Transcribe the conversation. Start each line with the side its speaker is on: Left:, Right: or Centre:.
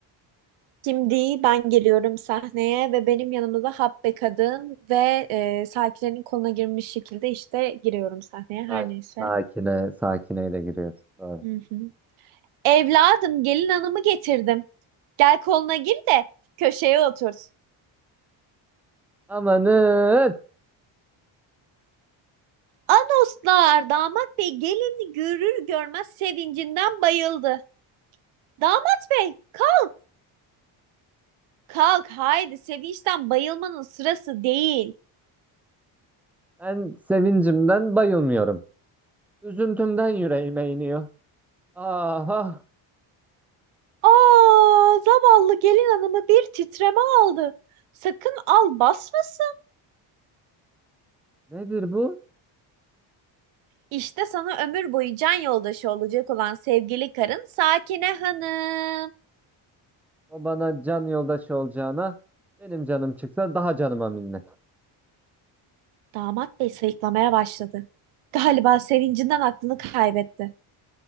Right: Şimdi ben geliyorum sahneye ve benim yanımda da Habbe kadın ve e, sakinlerin koluna girmiş şekilde işte giriyorum sahneye
Centre: Aynen.
Right: her neyse.
Centre: Sakine, sakineyle giriyoruz. Doğru.
Right: Hı hı. Evladım gelin hanımı getirdim. Gel koluna gir de köşeye oturt.
Centre: Amanın!
Right: Anoslar damat bey gelini görür görmez sevincinden bayıldı. Damat bey kalk kalk haydi sevinçten bayılmanın sırası değil.
Centre: Ben sevincimden bayılmıyorum. Üzüntümden yüreğime iniyor. Aha!
Right: Aa zavallı gelin hanımı bir titreme aldı. Sakın al basmasın.
Centre: Nedir bu?
Right: İşte sana ömür boyu can yoldaşı olacak olan sevgili karın Sakine Hanım.
Centre: O bana can yoldaşı olacağına benim canım çıksa daha canıma minnet.
Right: Damat bey sayıklamaya başladı. Galiba sevincinden aklını kaybetti.